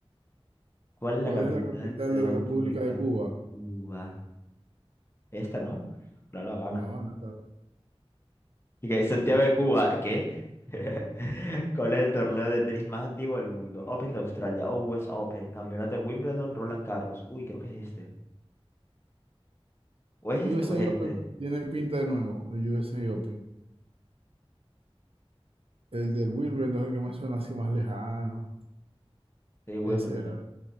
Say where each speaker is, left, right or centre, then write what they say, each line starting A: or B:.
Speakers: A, on the left; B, on the right.
A: ¿Cuál es
B: ¿Cuál
A: la capital
B: es la capital
A: de
B: de
A: la
B: la República
A: República
B: de Cuba?
A: de Cuba? Esta, ¿no? Claro, Habana.
B: La Habana, claro.
A: Y que Santiago de Cuba, ¿qué? <laughs> ¿Cuál es el torneo de tenis más antiguo del mundo? Open de Australia, US Open, Campeonato de Wimbledon, Roland Garros. Uy, creo que es este. ¿O es este
B: USA
A: o es
B: Open
A: este?
B: tiene pinta de nuevo, el USA Open. El del Wimbledon entonces el que me suena así más lejano.
A: Sí, Wimbledon.
B: Ese era.